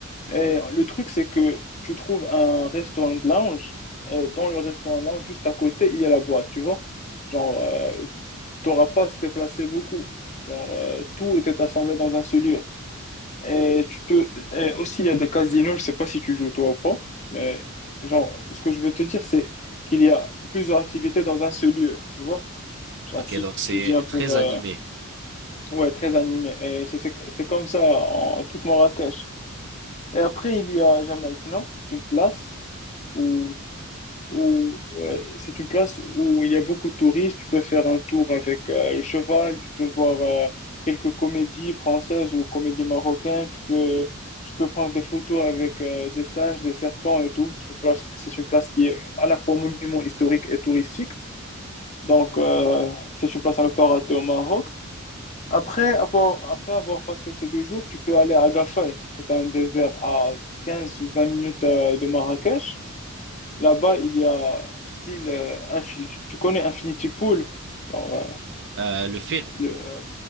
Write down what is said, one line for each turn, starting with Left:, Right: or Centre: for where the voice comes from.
Left: et le truc, c'est que tu trouves un restaurant de lounge. Et dans le restaurant de lounge, juste à côté, il y a la boîte, tu vois. Genre, euh, t'auras pas à se déplacer beaucoup. Genre, euh, tout était assemblé dans un seul lieu. Et tu peux. Et aussi, il y a des casinos, je sais pas si tu joues toi ou pas. Mais, genre, ce que je veux te dire, c'est qu'il y a plusieurs activités dans un seul lieu, tu vois. Genre,
Right: ok,
Left: si
Right: donc c'est
Left: tu viens pour.
Right: très
Left: euh,
Right: animé.
Left: Ouais, très animé. Et c'est c'est- c'est comme ça en toute Marrakech. Et après, il y a Jemaa el Fna. C'est une place où, où ouais, c'est une place où il y a beaucoup de touristes. Tu peux faire un tour avec euh, le cheval. Tu peux voir euh, quelques comédies françaises ou comédies marocaines. Tu peux tu peux prendre des photos avec euh, des singes, des serpents et tout. C'est une place, c'est une place qui est à la fois monument historique et touristique. Donc, euh, c'est une place à ne pas rater au Maroc. Après, avoir- après avoir passé ces deux jours, tu peux aller à Gafay. C'est un désert à 15 ou 20 minutes euh, de Marrakech. Là-bas, il y a style, euh, infi- tu connais Infinity Pool? Genre, euh,
Right: Euh, le film.
Left: le- euh,